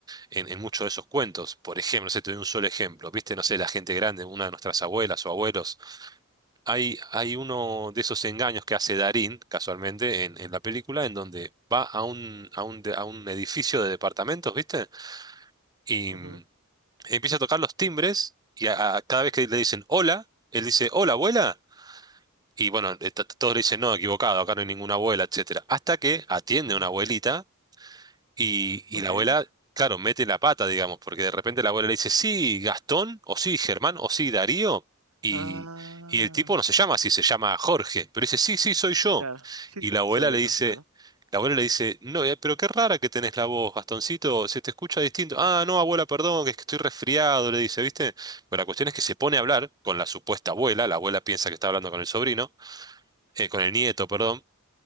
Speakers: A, on the right; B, on the right.
A: en, en muchos de esos cuentos. Por ejemplo, se te doy un solo ejemplo, viste, no sé, la gente grande, una de nuestras abuelas o abuelos, hay, hay uno de esos engaños que hace Darín, casualmente, en, en la película, en donde va a un, a un, de- a un edificio de departamentos, viste, y
B: ujú,
A: empieza a tocar los timbres y a- a- cada vez que le dicen hola, él dice hola abuela. Y bueno, eh, t- todos le dicen no, equivocado, acá no hay ninguna abuela, etcétera. Hasta que atiende
B: ujú.
A: una abuelita y,
B: Ok.
A: y la abuela, claro, mete la pata, digamos, porque de repente la abuela le dice, sí, Gastón, o sí, Germán, o sí, Darío. Y,
B: Ah.
A: y el tipo no se llama así, se llama Jorge, pero dice, sí, sí, soy yo.
B: Claro, sí,
A: Y
B: sí,
A: la abuela
B: soy
A: le dice,
B: yo, claro.
A: la abuela le dice, no, eh, pero qué rara que tenés la voz, Gastoncito, se te escucha distinto. Ah,
B: Ujú,
A: no, abuela, perdón, que es que estoy resfriado, le dice, ¿viste? Pero la cuestión es que se pone a hablar con la supuesta abuela, la abuela piensa que está hablando con el sobrino, eh, con el nieto, perdón.